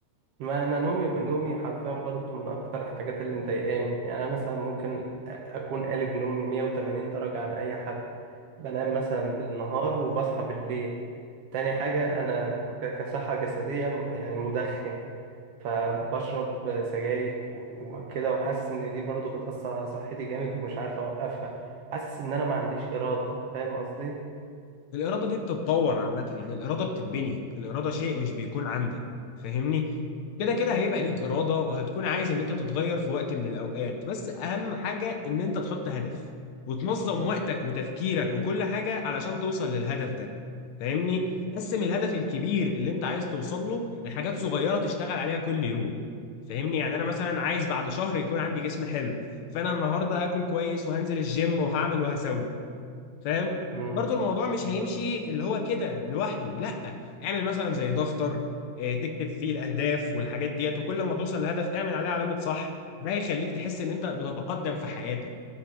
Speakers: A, on the right; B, on the left.
A: ما انا نومي نومي حرفيا برضو من اكتر الحاجات اللي مضايقاني يعني انا مثلا ممكن اكون قالب نومي 180 درجة عن اي حد بنام مثلا بالنهار وبصحى بالليل تاني حاجة انا ك- كصحة جسدية م- يعني مدخن فبشرب سجاير و- وكده وحاسس ان دي برضو بتأثر على صحتي جامد ومش عارف اوقفها حاسس ان انا ما عنديش إرادة فاهم قصدي؟
B: الإرادة دي بتتطور عامة يعني الإرادة بتتبني الإرادة شيء مش بيكون عندك فاهمني كده كده هيبقى
A: مم.
B: ليك إرادة وهتكون عايز إن أنت تتغير في وقت من الأوقات بس أهم حاجة إن أنت تحط هدف وتنظم وقتك وتفكيرك وكل حاجة علشان توصل للهدف ده فاهمني قسم الهدف الكبير اللي أنت عايز توصل له لحاجات صغيرة تشتغل عليها كل يوم فاهمني يعني أنا مثلا عايز بعد شهر يكون عندي جسم حلو فأنا النهاردة هاكل كويس وهنزل الجيم وهعمل وهسوي فاهم
A: امم
B: برضو الموضوع مش
A: يعني
B: هيمشي اللي هو كده لوحده لا اعمل مثلا زي دفتر آه، تكتب فيه الاهداف والحاجات ديت وكل ما توصل لهدف اعمل عليه علامة صح ده هيخليك تحس ان انت بتتقدم في حياتك